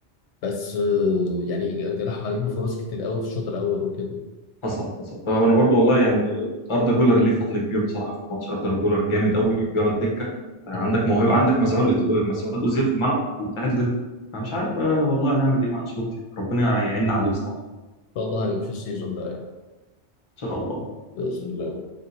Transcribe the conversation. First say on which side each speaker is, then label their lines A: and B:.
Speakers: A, on the left; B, on the left.
A: بس آه، يعني جراح عليك بفرص كتير قوي في الشوط الاول وكده
B: حصل حصل آه، انا برضو والله يعني اردا جولر ليه فضل كبير بصراحه في الماتش اردا جولر جامد قوي بيقعد دكه آه، عندك
A: مم. ان
B: موهبه عندك مسعود إز- آه، مسعود اوزيل في الملعب وبتاعد دكه فمش عارف بقى والله هنعمل ايه مع انشيلوتي ربنا يعيننا عليه بصراحه
A: شاء الله هنمشي السيزون ده يعني
B: ان شاء الله
A: باذن الله